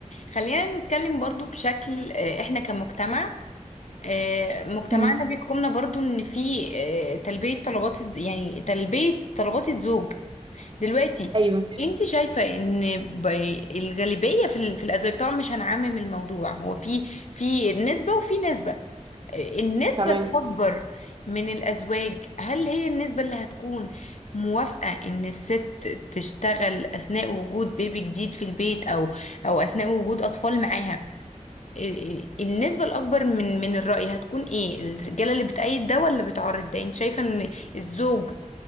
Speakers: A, on the left; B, on the right.
A: خلينا نتكلم برضو بشكل إيه احنا كمجتمع إيه مجتمعنا
B: مم.
A: بيحكمنا برضو ان في إيه تلبية طلبات الز- يعني تلبية طلبات الزوج دلوقتي
B: ايوه
A: انت شايفة ان ب- الغالبية في ال- في الازواج طبعا مش هنعمم الموضوع هو في في نسبة وفي نسبة النسبة
B: تمام
A: الأكبر من الأزواج هل هي النسبة اللي هتكون موافقة إن الست تشتغل أثناء وجود بيبي جديد في البيت أو أو أثناء وجود أطفال معاها ال- النسبة الأكبر من من الرأي هتكون إيه الرجالة اللي بتأيد ده ولا بتعارض ده أنت شايفة إن الزوج